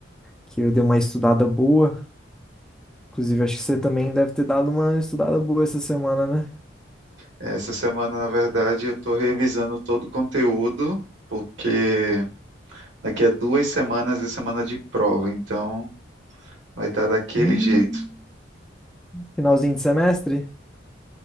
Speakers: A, in the centre; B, on the right.
A: que eu dei uma estudada boa. Inclusive, acho que você também deve ter dado uma estudada boa essa semana, né?
B: Essa semana, na verdade, eu estou revisando todo o conteúdo, porque daqui a duas semanas é semana de prova, então vai estar daquele
A: Hum.
B: jeito.
A: Finalzinho de semestre?